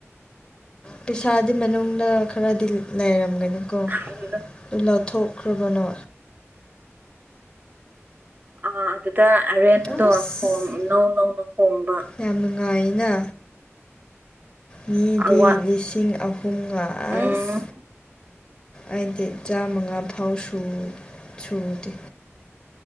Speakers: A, on the left; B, on the right.
A: ꯄꯤꯁꯥꯗꯤ ꯃꯅꯨꯡꯗ ꯈꯔꯗꯤ ꯂꯩꯔꯝꯒꯅꯤꯀꯣ
B: ꯑꯗꯨꯒ
A: ꯑꯗꯨ ꯂꯧꯊꯣꯛꯈ꯭ꯔꯕꯅꯣ
B: ꯑꯥ ꯑꯗꯨꯗ ꯑꯔꯦꯟꯗꯣ
A: ꯑꯁ
B: ꯅꯧ ꯅꯧꯅ ꯍꯣꯡꯕ
A: ꯌꯥꯝ ꯅꯨꯡꯉꯥꯏꯌꯦꯅ ꯃꯤꯗꯤ
B: ꯑꯋꯥꯠ
A: ꯂꯤꯁꯤꯡ ꯑꯍꯨꯝ ꯄꯨꯡꯒ
B: ꯎꯝ
A: ꯑꯁ ꯑꯩꯗꯤ ꯆꯥꯝꯃꯉꯥꯐꯥꯎ ꯁꯨ ꯁꯨꯗꯦ